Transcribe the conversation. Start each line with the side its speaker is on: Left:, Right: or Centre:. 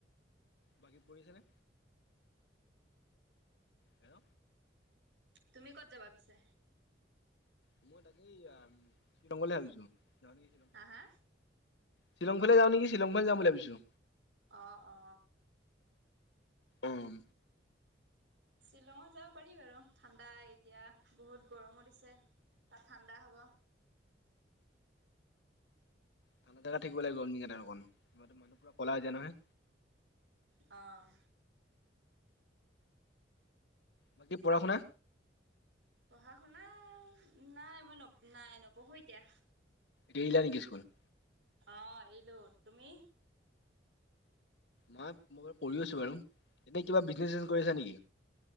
Left: বাকী পঢ়িছা নে? হেল্ল?
Right: তুমি ক'ত যাবা পিছে?
Left: যি তাকে অ, শ্বিলঙলৈ ভাবিছো <inaudible>
Right: হা, হা?
Left: শ্বিলঙফালে যাওঁ নেকি? শ্বিলঙফালে যাম বুলি ভাবিছোঁ।
Right: অ, অ।
Left: উম,
Right: শ্বিলঙত যাব পাৰি বাৰু ঠাণ্ডা এতিয়া। বহুত গৰমো দিছে। তাত ঠাণ্ডা হ'ব।
Left: ভালে জাগাত থাকিব লাগিব। <unintelligible> কলা হৈ যায় নহয়।
Right: অ,
Left: বাকী পঢ়া-শুনা।
Right: পঢ়া শুনা নাই, মই ন নাই, নপঢ়ো এতিয়া।
Left: এৰিলা নেকি স্কুল?
Right: অ, এৰিলোঁ। তুমি?
Left: মই, মই বাৰু পঢ়িও আছোঁ বাৰু, এনে কিবা বিজনেছ-চিজনেছ কৰি আছা নেকি?